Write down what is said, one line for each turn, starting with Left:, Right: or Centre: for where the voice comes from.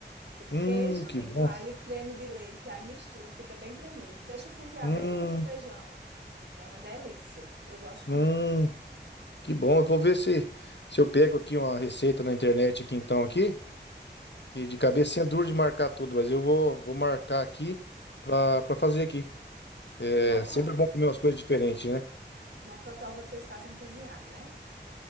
Right: E Queijo
Left: Hum, que
Right: de
Left: bom.
Right: coalho e creme de leite, aí mistura, fica bem cremoso. Deixa cozinhar
Left: Hum,
Right: bem muito o feijão. É uma delícia. Eu gosto
Left: hum,
Right: muito.
Left: que bom. Eu vou ver se, se eu pego aqui uma receita na internet aqui então aqui. Que de cabecinha é duro de marcar tudo, mas eu vou, vou marcar aqui pra pra fazer aqui. É
Right: Moco,
Left: sempre bom comer umas coisas diferentes, né?
Right: mocotó vocês fazem cozinhado, né?